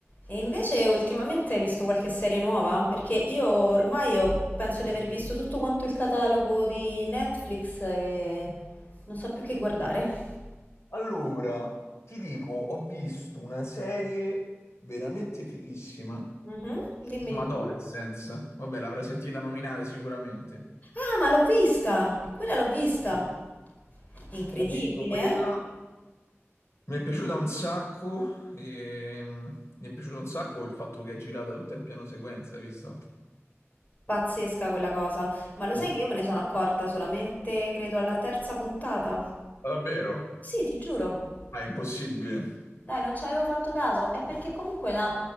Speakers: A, on the left (about 35°); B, on the left (about 75°).
A: E invece ultimamente hai visto qualche serie nuova? Perché io ormai ho- penso di aver visto tutto quanto il catalogo di Netflix e non so più che guardare.
B: Allora, ti dico, ho visto una serie veramente fighissima,
A: Mhm, Dimmi
B: ma
A: di
B: Adolescence.
A: più.
B: Vabbè, l'avrai sentita nominare sicuramente.
A: Ah, ma l'ho vista! Quella l'ho vista! Incredibile,
B: Ho visto quella,
A: eh?
B: mi è piaciuta un sacco, e, mm, mi è piaciuto un sacco il fatto che è girata tutta in piano sequenza, hai visto?
A: Pazzesca quella cosa. Ma lo
B: Sì.
A: sai che io me ne sono accorta solamente, credo, alla terza puntata?
B: Davvero?
A: Sì, ti giuro.
B: Ah, è impossibile.
A: Dai, non ci avevo fatto caso. È perché comunque la,